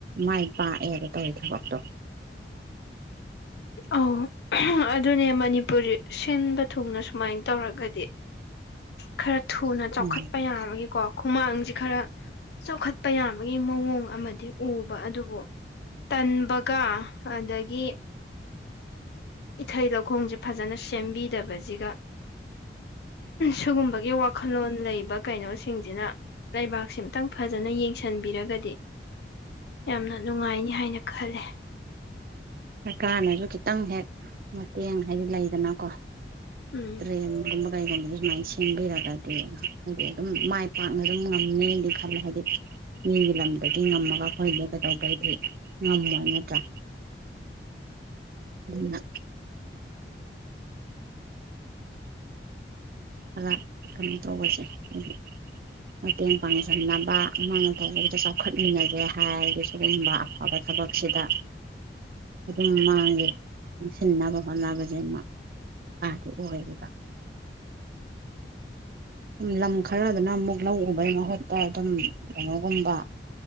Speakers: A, on the right (about 55°); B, on the left (about 70°).
A: ꯃꯥꯏ ꯄꯥꯛꯑꯦꯕ ꯇꯔꯤ ꯊꯕꯥꯛ ꯇꯣ
B: ꯑ ꯑꯗꯨꯅꯦ ꯃꯅꯤꯄꯨꯔꯤ ꯁꯤꯟꯕ ꯊꯨꯡꯅ ꯁꯨꯃꯥꯏꯅ ꯇꯧꯔꯒꯗꯤ ꯈꯔ ꯊꯨꯅ ꯆꯥꯎꯈꯠꯄ
A: ꯎꯝ
B: ꯌꯥꯕꯒꯤꯦꯀꯣ ꯍꯨꯃꯥꯡꯁꯦ ꯈꯔ ꯆꯥꯎꯈꯠꯄ ꯌꯥꯕꯒꯤ ꯃꯑꯣꯡ ꯑꯃꯗꯤ ꯎꯕ ꯑꯗꯨꯕꯨ ꯇꯟꯕꯒ ꯑꯗꯒꯤ ꯏꯊꯩ ꯂꯧꯈꯣꯡꯁꯦ ꯐꯖꯅ ꯁꯦꯝꯕꯤꯗꯕꯁꯤꯒ ꯁꯤꯒꯨꯝꯕꯒꯤ ꯋꯥꯈꯜꯂꯣꯟ ꯂꯩꯕ ꯀꯩꯅꯣꯁꯤꯡꯁꯤꯅ ꯂꯩꯕꯥꯛꯁꯤ ꯑꯇꯪ ꯐꯖꯅ ꯌꯦꯡꯁꯤꯟꯕꯤꯔꯒꯗꯤ ꯌꯥꯝꯅ ꯅꯨꯡꯉꯥꯏꯅꯤ ꯍꯥꯏꯅ ꯈꯂꯦ
A: ꯀꯥꯟꯅꯁꯨ ꯈꯤꯇꯪ ꯍꯦꯛ ꯃ ꯌꯦꯡ ꯍꯥꯏꯂ ꯏꯗꯅ ꯀ
B: ꯎꯝ
A: ꯇ꯭ꯔꯦꯟ ꯀꯩꯒꯨꯝꯕꯗ ꯁꯨꯃꯥꯏꯅ ꯁꯦꯝꯕꯤꯔꯒꯗꯤ ꯍꯥꯏꯗꯤ ꯑꯗꯨꯝ ꯃꯥꯏ ꯄꯥꯛꯅ ꯑꯗꯨꯝ ꯉꯝꯅꯤꯗꯤ ꯈꯜꯂꯦ ꯍꯥꯏꯗꯤ ꯃꯤꯒꯤ ꯂꯝꯗꯗꯤ ꯉꯝꯃꯒ ꯑꯩꯈꯣꯏꯗꯤ ꯀꯩꯗꯒꯩꯗꯤ ꯉꯝꯃꯣꯏ ꯅꯠꯇ꯭ꯔꯥ ꯑꯗꯨꯅ ꯈꯔ ꯀꯩꯅꯣ ꯇꯧꯕꯁꯦ ꯍꯥꯏꯗꯤ ꯃꯇꯦꯡ ꯄꯥꯡꯁꯤꯟꯅꯕ ꯑꯃꯥꯡꯅ ꯇꯧꯕꯗꯨꯗ ꯆꯥꯎꯈꯠꯃꯤꯟꯅꯒꯦ ꯍꯥꯏꯔꯗꯤ ꯁꯤꯒꯨꯝꯕ ꯑꯐꯕ ꯊꯕꯛꯁꯤꯗ ꯑꯗꯨꯝ ꯃꯥꯡꯉꯦ ꯆꯪꯁꯤꯟꯅꯕ ꯍꯣꯠꯅꯕꯁꯦꯃ ꯁꯀꯥꯗꯤ ꯑꯣꯏꯔꯤꯕ ꯁꯨꯝ ꯂꯝ ꯈꯔꯗꯅ ꯑꯃꯨꯛ ꯂꯧꯒꯨꯝꯕꯩ ꯃꯍꯨꯠꯇ ꯑꯗꯨꯝ ꯀꯩꯅꯣꯒꯨꯝꯕ